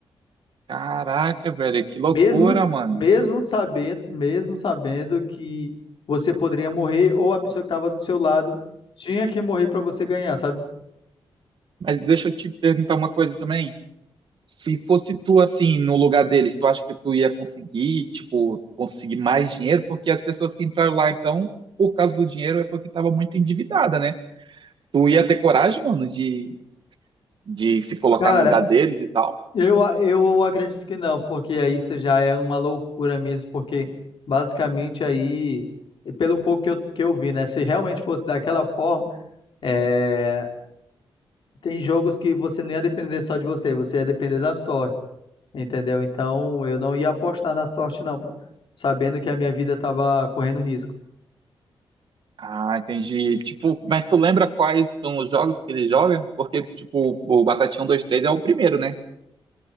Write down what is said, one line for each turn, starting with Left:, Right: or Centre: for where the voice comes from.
Right: Caraca, velho, que loucura,
Left: Mesmo
Right: mano.
Left: mesmo sabendo, mesmo sabendo que você poderia morrer ou a pessoa que estava do seu lado tinha que morrer para você ganhar, sabe?
Right: Mas deixa eu te perguntar uma coisa também. Se fosse tu assim no lugar deles, tu acha que tu ia conseguir, tipo, conseguir mais dinheiro? Porque as pessoas que entraram lá, então, por causa do dinheiro, é porque tava muito endividada, né? Tu ia ter coragem, mano, de, de se colocar
Left: Cara,
Right: no lugar deles e tal?
Left: Eu, a- eu acredito que não, porque aí isso já é uma loucura mesmo, porque basicamente aí, pelo pouco que eu, que eu vi, né? Se realmente fosse daquela forma, é, tem jogos que você não ia depender só de você, você ia depender da sorte, entendeu? Então eu não ia apostar na sorte, não, pra- sabendo que a minha vida tava correndo risco.
Right: Ah, entendi. Tipo, mas tu lembra quais são os jogos que ele joga? Porque, tipo, o Batatinha um, dois três é o primeiro, né?